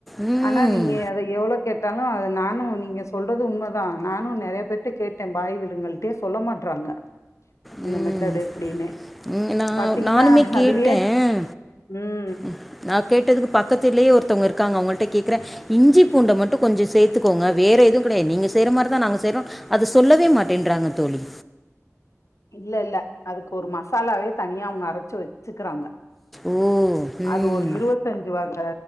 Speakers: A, in the centre; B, on the left.
A: ம்
B: ஆனா நீங்க அத எவ்ளோ கெ தங்கோ அது நானு நீங்க சொல்றது உண்மதா நானு நெறய பேர்க் ட்ட கேட்டே பாய் வீடுங்கள்ட்டே சொல்ல மாட்றாங்க அந்த
A: ம்
B: மெதட் எப்டின்னு
A: ம், நான்
B: பாத்தீங்கனா
A: நானுமே கேட்டேன்
B: அதுலயே ம்
A: ம் நா கேட்டதுக்கு பக்கத்து வீட்லயே ஒருத்தவங்க இருக்காங்க அவங்கள்ட்ட கேக்குற இஞ்சி பூண்ட மட்டு கொஞ்சோ சேத்துகோங்க வேற எதுவு கிடையா நீங்க செய்ற மாரிதா நாங்க செய்றோ அத சொல்லவே மாட்டேன்றாங்க தோலி
B: இல்ல இல்ல அதுக்கு ஒரு மசாலாவே தனியா அவுங்க அரச்சு வெச்சுக்குறாங்க
A: ஓ ம்
B: அது ஒரு இருவத்தஞ்சு வக